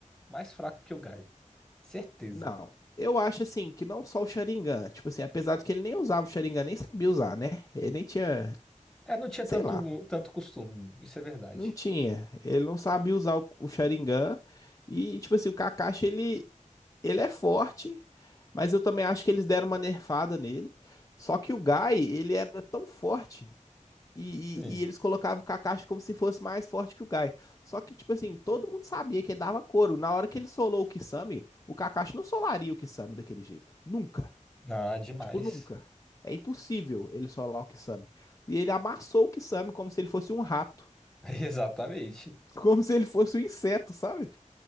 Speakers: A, in the centre; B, on the left.
A: mais fraco que o Gai. Certeza.
B: Não. Eu acho assim que não só o Sharingan, tipo assim, apesar de que ele nem usava o Sharingan, nem sabia usar, né? Ele nem tinha,
A: É, não tinha
B: sei
A: tanto,
B: lá, pô.
A: tanto costume, isso é verdade.
B: Não tinha. Ele não sabia usar o, o Sharingan. E, tipo assim, o Kakashi, ele, ele é forte, mas eu também acho que eles deram uma nerfada nele. Só que o Gai, ele era tão forte. E,
A: Sim.
B: e- e eles colocavam o Kakashi como se fosse mais forte que o Gai. Só que, tipo assim, todo mundo sabia que ele dava couro. Na hora que ele solou o Kisame, o Kakashi não solaria o Kisame daquele jeito. Nunca.
A: Ah, demais.
B: Tipo, nunca. É impossível ele solar o Kisame. E ele amassou o Kisame como se ele fosse um rato.
A: <laughs> Exatamente.
B: Como se ele fosse um inseto, sabe?